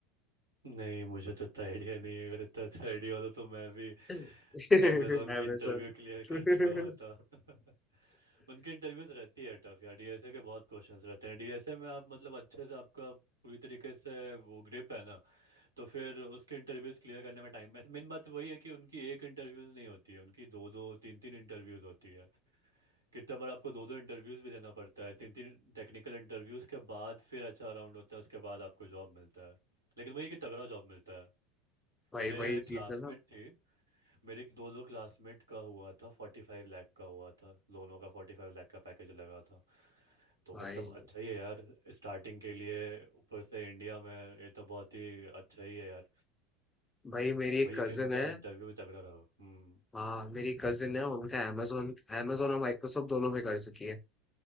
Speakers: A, on the right (about 80°); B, on the left (about 15°).
A: नहीं मुझे तो इतना आइडिया नहीं है अगर इतना अच्छा आइडिया होता तो मैं भी
B: <laughs>
A: अमेजोन की
B: अमेजोन
A: इंटरव्यू क्लियर
B: <laughs>
A: कर चुका होता <laughs> उनकी इंटरव्यूज रहती है टफ यार डीएसए के बहुत क्वेश्चंस रहते हैं डीएसए में आप मतलब अच्छे से आपका पूरी तरीके से वो ग्रिप है ना तो फिर उसके इंटरव्यूज क्लियर करने में टाइम मेन बात वही है कि उनकी एक इंटरव्यू नहीं होती है उनकी दो दो तीन तीन इंटरव्यूज होती है कितना बार आपको दो दो इंटरव्यूज भी देना पड़ता है तीन तीन टेक्निकल इंटरव्यूज के बाद फिर अच्छा राउंड होता है उसके बाद आपको जॉब मिलता है लेकिन वही कि तगड़ा जॉब मिलता है
B: भाई
A: मेरे
B: वही
A: क्लासमेट
B: चीज है ना
A: थी मेरे एक दो दो क्लासमेट का हुआ था फोर्टी फाइव लाख का हुआ था दोनों का फोर्टी फाइव लाख का पैकेज लगा था तो
B: भाई
A: मतलब अच्छा ही है यार स्टार्टिंग के लिए ऊपर से इंडिया में ये तो बहुत ही अच्छा ही है यार
B: भाई मेरी एक
A: वही
B: कजिन
A: कि उनका
B: है
A: इंटरव्यू भी तगड़ा रहा हम्म
B: हाँ मेरी कजिन है उनका amazon amazon और माइक्रोसॉफ्ट दोनों में कर चुकी है